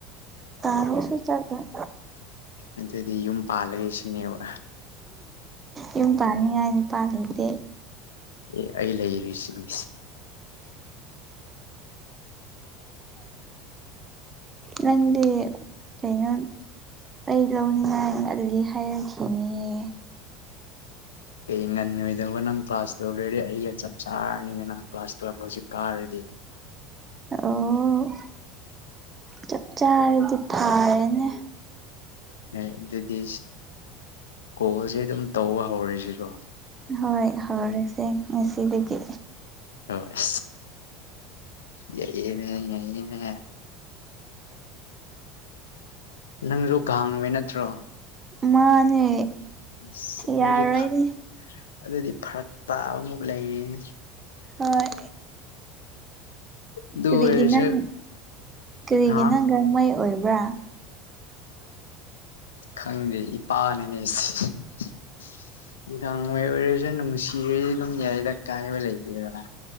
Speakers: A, on the right (about 30°); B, on the left (about 85°).
A: ꯇꯜꯔꯁꯨ ꯆꯠꯔꯣꯏ꯫
B: ꯑꯗꯨꯗꯤ ꯌꯨꯝ ꯄꯥꯜꯂꯒꯦ ꯁꯤꯅꯦꯕ꯫
A: ꯌꯨꯝ ꯄꯥꯅꯤꯡꯉꯥꯏ ꯅꯨꯄꯥ ꯂꯤꯇꯦ꯫
B: ꯑꯦ ꯑꯩ ꯂꯩꯔꯤꯁꯤꯗꯤ꯫
A: ꯅꯪꯗꯤ ꯀꯩꯅꯣꯝ ꯑꯩ ꯂꯧꯅꯤꯡꯉꯥꯏ ꯉꯜꯂꯤ ꯍꯥꯏꯔꯛꯈꯤꯅꯤꯌꯦ꯫
B: ꯀꯩ ꯉꯟꯑꯣꯏꯗꯧꯕ ꯅꯪ ꯀ꯭ꯂꯥꯁ ꯇꯧ ꯂꯣꯏꯔꯦ ꯑꯩꯒ ꯆꯞ ꯆꯥꯔꯥꯅꯤꯅꯦ ꯅꯪ꯫ ꯀ꯭ꯂꯥꯁ ꯇꯨꯌꯦꯞ ꯍꯧꯖꯤꯛ ꯀꯥꯔꯗꯤ꯫
A: ꯑꯣ ꯆꯞ ꯆꯥꯔꯗꯤ꯫ ꯐꯔꯦꯅꯦ
B: ꯑꯥꯏ ꯗꯨꯗꯤ ꯀꯣꯜꯁꯦ ꯑꯗꯨꯝ ꯇꯧꯕ ꯍꯧꯔꯁꯤꯀꯣ꯫
A: ꯍꯣꯏ ꯍꯧꯔꯁꯦ ꯉꯁꯤꯗꯒꯤ꯫
B: ꯍꯣꯏ ꯌꯥꯏꯌꯦ ꯅꯪ ꯌꯥꯑꯦ ꯅꯥ꯫ ꯅꯪꯖꯨ ꯒꯥꯡꯃꯦ ꯅꯠꯇ꯭ꯔꯣ꯫
A: ꯃꯥꯅꯦ꯫
B: ꯑꯁ ꯑꯗꯨꯗꯤ
A: ꯌꯥꯔꯣꯏꯅꯦ
B: ꯐꯛ ꯑꯗꯨꯗꯤ ꯐꯔꯛ ꯇꯥꯕꯃꯨꯛ ꯂꯩꯌꯦ꯫
A: ꯍꯣꯏ
B: ꯑꯗꯨ
A: ꯀꯔꯤꯒꯤ
B: ꯑꯣꯏꯔꯁꯨ
A: ꯅꯡ ꯀꯔꯤꯒꯤ
B: ꯍꯥ
A: ꯅꯡ꯫ ꯔꯣꯡꯃꯩ ꯑꯣꯏꯕ꯭ꯔꯥ꯫
B: ꯈꯪꯗꯦ ꯏꯄꯥꯅꯅꯦ <unintelligible> ꯒꯥꯡꯃꯩ ꯑꯣꯏꯔꯖꯨ ꯅꯨꯡꯁꯤꯔꯗꯤ ꯑꯗꯨꯝ ꯌꯥꯏꯗ ꯀꯥꯏꯕ ꯂꯩꯇꯦꯗꯅ꯫